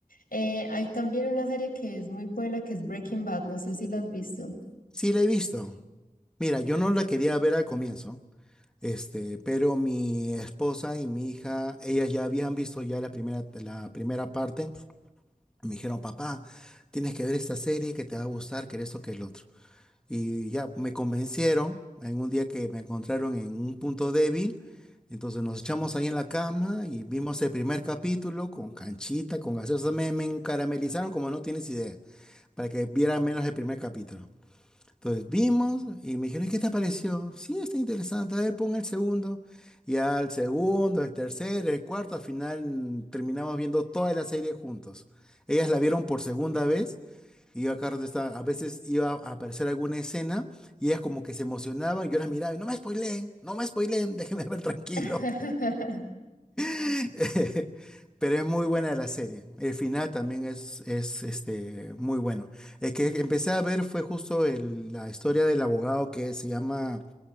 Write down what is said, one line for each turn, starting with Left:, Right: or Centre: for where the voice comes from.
Left: Eh, hay también una serie que es muy buena, que es Breaking Bad, no sé si la has visto.
Centre: Sí la he visto. Mira, yo no la quería ver al comienzo. Este, pero mi esposa y mi hija, ellas ya habían visto ya la primera, la primera parte Me dijeron, papá, tienes que ver esta serie que te va a gustar, que esto, que el otro. Y ya me convencieron, en un día que me encontraron en un punto débil, entonces nos echamos ahí en la cama y vimos el primer capítulo con canchita, con gaseosa, me, me caramelizaron como no tienes idea, para que viera menos el primer capítulo. Entonces vimos y me dijeron, ¿y qué te pareció? Sí, está interesante. A ver, pon el segundo. Y al segundo, el tercero, el cuarto, al final mm, terminamos viendo toda la serie juntos. Ellas la vieron por segunda vez y yo acá estaba- a veces iba a aparecer alguna escena y ellas como que se emocionaban. Yo las miraba y no me spoileen, no me spoileen, déjenme ver tranquilo.
Left: <laughs>
Centre: <laughs> Pero es muy buena la serie. El final también es, es este, muy bueno. El que empecé a ver fue justo el- la historia del abogado que se llama.